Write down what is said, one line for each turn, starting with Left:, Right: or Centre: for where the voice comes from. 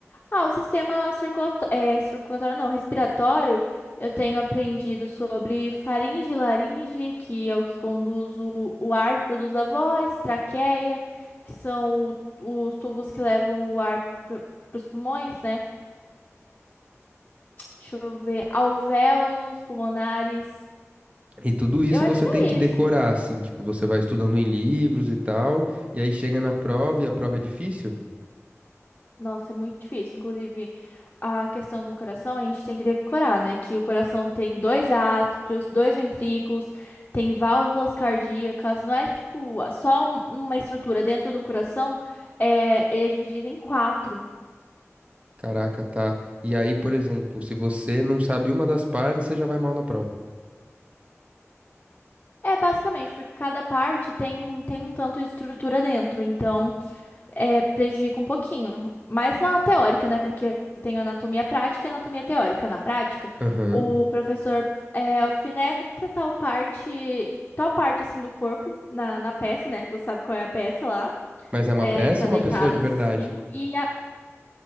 Left: Ah, o sistema circulatório, é, circulatório não, respiratório, eu tenho aprendido sobre faringe e laringe, que é o que conduz o, o ar, produz a voz, traqueia, que são o- os tubos que levam o ar para os pulmões, né? Deixa eu ver, alvéolos, pulmonares.
Right: E tudo isso
Left: Eu acho
Right: você
Left: que
Right: tem
Left: é
Right: que decorar,
Left: isso.
Right: assim, tipo, você vai estudando em livros e tal, e aí chega na prova e a prova é difícil?
Left: Nossa, é muito difícil. Inclusive, a questão do coração, a gente tem que decorar, né? Que o coração tem dois átrios, dois ventrículos, tem válvulas cardíacas. Não é tipo só um- uma estrutura dentro do coração, é, ele é dividido em quatro.
Right: Caraca, tá. E aí, por exemplo, se você não sabe uma das partes, você já vai mal na prova.
Left: É basicamente porque cada parte tem, tem um tanto de estrutura dentro. Então. é, prejudica um pouquinho. Mas na teórica, né? Porque eu tenho anatomia prática e anatomia teórica. Na prática,
Right: Aham.
Left: o professor é, alfineta tal parte, tal parte assim do corpo na, na peça, né? Que você sabe qual é a peça lá.
Right: Mas é uma
Left: É,
Right: peça
Left: tá
Right: ou
Left: deitada
Right: uma pessoa de
Left: assim
Right: verdade?
Left: e a-